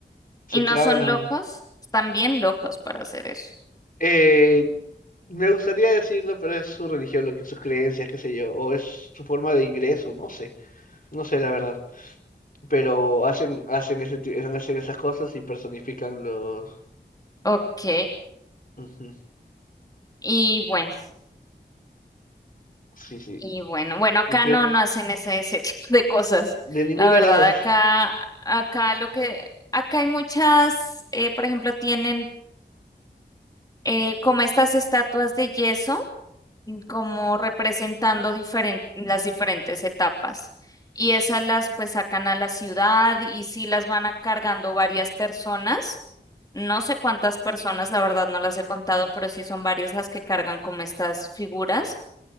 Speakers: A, on the left; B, on the left.
A: se
B: ¿Y no
A: clavan
B: son
A: las
B: locos?
A: manos.
B: Están bien locos para hacer eso.
A: Eh, me gustaría decirlo, pero es su religión, lo que sus creencias, qué sé yo, o es su forma de ingreso, no sé, no sé la verdad. Pero hacen, hacen ese, ti- hacen esas cosas y personifican los.
B: Ok,
A: Ujú,
B: y bueno,
A: Sí, sí.
B: y bueno, bueno, acá
A: Y que-
B: no, no hacen ese, ese <laughs> tipo de cosas.
A: de ninguna
B: La verdad,
A: de las dos.
B: acá, acá lo que, acá hay muchas, eh, por ejemplo, tienen eh, como estas estatuas de yeso como representando diferen- las diferentes etapas. Y esas las pues sacan a la ciudad y sí las van a cargando varias personas. No sé cuántas personas, la verdad no las he contado, pero sí son varias las que cargan como estas figuras.